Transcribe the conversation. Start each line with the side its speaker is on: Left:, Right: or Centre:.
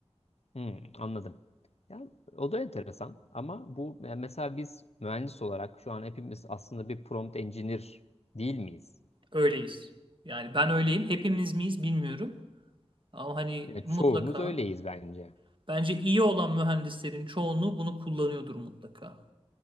Left: Hmm, anladım. Ya o da enteresan ama bu yani mesela biz mühendis olarak şu an hepimiz aslında bir prompt engineer değil miyiz?
Right: Öyleyiz. Yani ben öyleyim. Hepimiz miyiz bilmiyorum. Ama hani
Left: Ya
Right: mutlaka
Left: çoğumuz öyleyiz bence.
Right: bence iyi olan mühendislerin çoğunluğu bunu kullanıyordur mutlaka